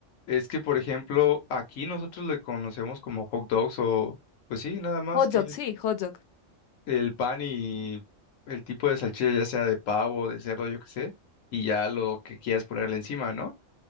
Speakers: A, on the left (about 85°); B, on the left (about 70°).
A: Es que, por ejemplo, aquí nosotros le conocemos como hot dogs o, pues sí, nada más
B: Hot
A: que
B: dog,
A: es
B: sí, hot dog.
A: el pan y el tipo de salchicha, ya sea de pavo, de cerdo, yo qué sé, y ya lo que quieras ponerle encima, ¿no?